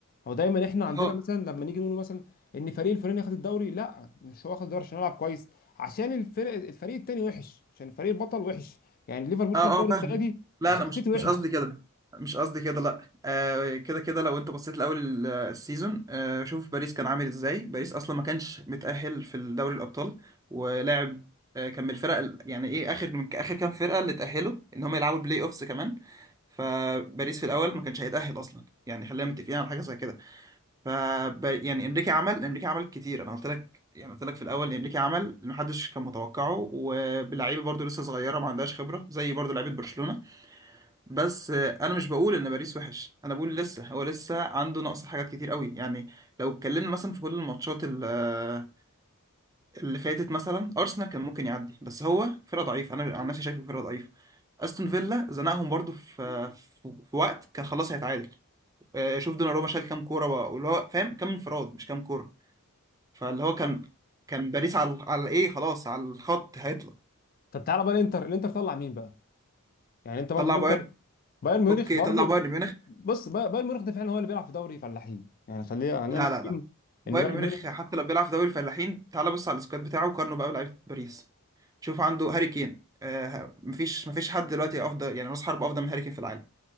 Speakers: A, on the left; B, on the right.
A: هو دايما احنا عندنا
B: اه
A: مثلا لما نيجي نقول مثلا ان فريق الفلاني اخد الدوري لا مش هو اخد الدوري عشان يلعب كويس عشان الفرق الفريق التاني وحش عشان الفريق البطل وحش يعني ليفربول
B: اه
A: خد الدوري
B: اه فاهمك
A: السنه دي
B: لا
A: عشان
B: انا مش
A: السيتي وحش
B: مش قصدي كده مش قصدي كده لا آه كده كده لو انت بصيت لاول ال- السيزون آه شوف باريس كان عامل ازاي باريس اصلا ما كانش متأهل في دوري الابطال ولعب آه كان من الفرق ال- يعني ايه اخر من اخر كام فرقة اللي تأهلوا ان هم يلعبوا البلاي اوفس كمان فباريس في الاول ما كانش هيتأهل اصلا يعني خلينا متفقين على حاجة زي كده ف يعني انريكي عمل انريكي عمل كتير انا قلت لك يعني قلت لك في الاول انريكي عمل اللي محدش كان متوقعه وبلعيبه برضو لسه صغيره ما عندهاش خبره زي برضو لعيبه برشلونه بس آه، انا مش بقول ان باريس وحش انا بقول لسه هو لسه عنده نقص حاجات كتير قوي يعني لو اتكلمنا مثلا في كل الماتشات ال- آه، اللي فاتت مثلا ارسنال كان ممكن يعدي بس هو فرقه ضعيفه انا عن نفسي شايفه فرقه ضعيفه استون فيلا زنقهم برضو في في في وقت كان خلاص هيتعادل آه، شوف دوناروما شال كام كوره بقى واللي هو فاهم كام انفراد مش كام كوره فاللي هو كان
A: صح
B: كان باريس على على ايه خلاص على الخط هيطلع
A: طب تعالى بقى الانتر الانتر طلع مين بقى يعني انت برضو
B: طلع
A: الانتر
B: بايرن
A: بايرن ميونخ
B: اوكي
A: برضو
B: طلع بايرن ميونخ
A: بص با- بايرن ميونخ ده فعلا هو اللي بيلعب في دوري فلاحين يعني خلينا خلينا
B: لا
A: متفقين
B: لا لا بايرن
A: ان بايرن
B: ميونخ
A: ميونخ
B: حتى لو بيلعب في دوري الفلاحين تعال بص على السكواد بتاعه وقارنه بقى لعيبه باريس شوف عنده هاري كين آه مفيش مفيش حد دلوقتي افضل يعني راس حربة افضل من هاري كين في العالم